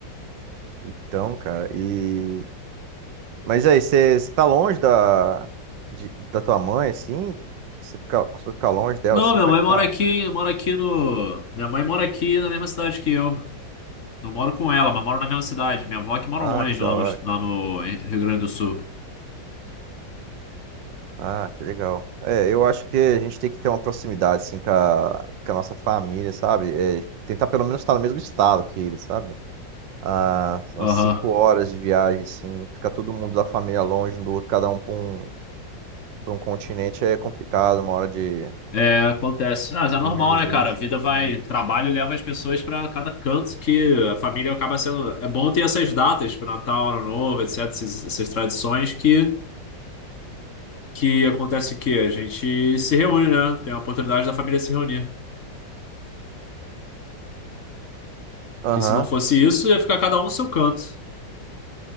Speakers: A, on the right; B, on the left.
A: Então, cara, e... Mas aí, você você tá longe da, de- da tua mãe, assim? Você fica, você fica longe dela,
B: Não,
A: assim?
B: minha
A: Como
B: mãe
A: é que
B: mora
A: tá?
B: aqui, mora aqui no. Minha mãe mora aqui na mesma cidade que eu. Não moro com ela, mas moro na mesma cidade. Minha avó é que mora
A: Ah,
B: longe,
A: que da
B: lá
A: hora,
B: no, lá
A: cara.
B: no Rio Grande do Sul.
A: Ah, que legal. É, eu acho que a gente tem que ter uma proximidade, assim, com a, com a nossa família, sabe? É, tentar pelo menos estar no mesmo estado que eles, sabe? a umas
B: Aham.
A: cinco horas de viagem, assim, ficar todo mundo da família longe um do outro, cada um para um, para um continente é complicado, uma hora de,
B: É, acontece. Ah, mas é
A: de
B: normal,
A: emergência.
B: né, cara? A vida vai,
A: assim, né?
B: trabalho leva as pessoas pra cada canto que a família acaba sendo. É bom ter essas datas, pro Natal, Ano Novo, etc., esses- essas tradições que, que acontece o quê? A gente se reúne, né? Tem a oportunidade da família se reunir.
A: Aham,
B: Que se não fosse isso, ia ficar cada um no seu canto.